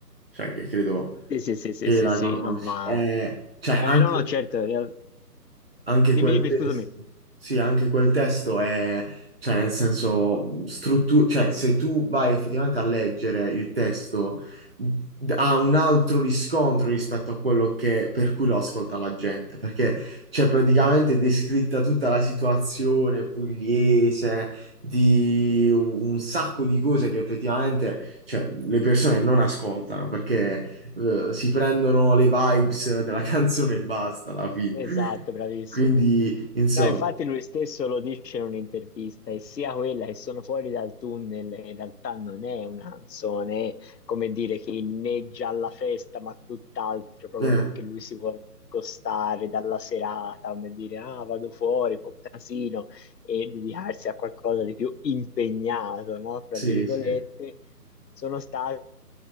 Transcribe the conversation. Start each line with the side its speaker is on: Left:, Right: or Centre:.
Right: cioè che credo
Left: Sì, sì, sì, sì,
Right: Sì,
Left: sì,
Right: la
Left: sì,
Right: conosci.
Left: no, ma...
Right: Eh, cioè,
Left: Eh,
Right: anche,
Left: no, no, certo, eh,
Right: anche quel
Left: dimmi, dimmi,
Right: testo,
Left: scusami.
Right: sì, anche quel testo è, cioè, nel senso, struttura, cioè, se tu vai effettivamente a leggere il testo, d- ha un altro riscontro rispetto a quello che, per cui lo ascolta la gente, perché c'è praticamente descritta tutta la situazione pugliese, di un sacco di cose che effettivamente, cioè, le persone non ascoltano, perché, eh, si prendono le vibes della <laughs> canzone e basta alla fine.
Left: Esatto, bravissimo.
Right: Quindi, insomma,
Left: No, infatti lui stesso lo dice in un'intervista, e sia quella che sono fuori dal tunnel, in realtà non è una canzone, come dire, che inneggia alla festa, ma tutt'altro, proprio
Right: eh,
Left: perché lui si vuole discostare dalla serata, come dire, ah, vado fuori, po' casino, e dedicarsi a qualcosa di più impegnato, no? Fra
Right: sì,
Left: virgolette,
Right: sì,
Left: sono state